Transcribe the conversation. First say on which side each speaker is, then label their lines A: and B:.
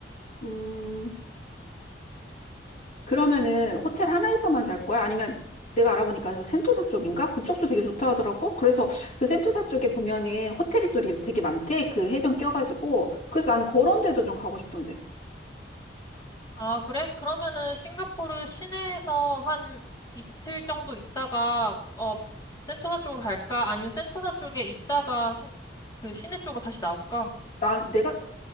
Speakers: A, on the left; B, on the left.
A: 음, 그러면은 호텔 하나에서만 잘 거야? 아니면 내가 알아보니까 저 센토사 쪽인가? 그쪽도 되게 좋다 하더라고. 그래서 그 센토사 쪽에 보면은 호텔이 또이 되게 많대. 그 해변 껴가지고. 그래서 나는 그런 데도 좀 가고 싶던데.
B: 아, 그래? 그러면은 싱가포르 시내에서 한 이틀 정도 있다가 어 센토사 쪽으로 갈까? 아니면 센토사 쪽에 있다가 신, 그 시내 쪽으로 다시 나올까?
A: 나, 내가,